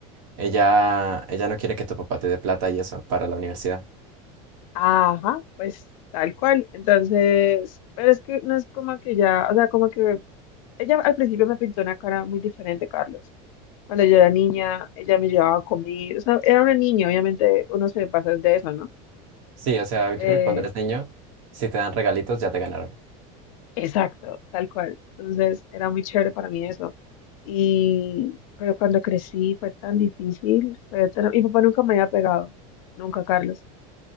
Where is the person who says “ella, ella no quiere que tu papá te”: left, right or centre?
Right